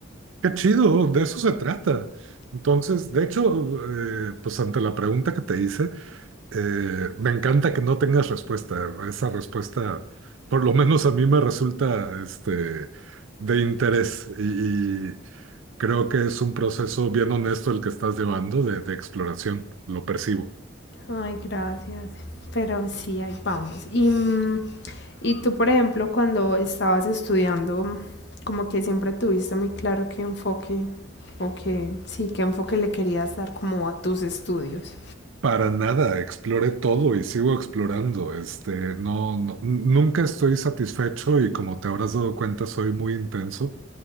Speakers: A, on the right; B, on the left.
A: qué chido, de eso se trata. Entonces, de hecho, eh, pues ante la pregunta que te hice, Eh, me encanta que no tengas respuesta. Esa respuesta, por lo menos a mí me resulta este, de interés y, y creo que es un proceso bien honesto el que estás llevando de, de exploración. Lo percibo.
B: Ay, gracias. Pero sí, ahí vamos. Y, mm, y tú, por ejemplo, cuando estabas estudiando, como que siempre tuviste muy claro qué enfoque, o que sí, qué enfoque le querías dar como a tus estudios.
A: Para nada, exploré todo y sigo explorando. Este, no, no, nunca estoy satisfecho y como te habrás dado cuenta, soy muy intenso.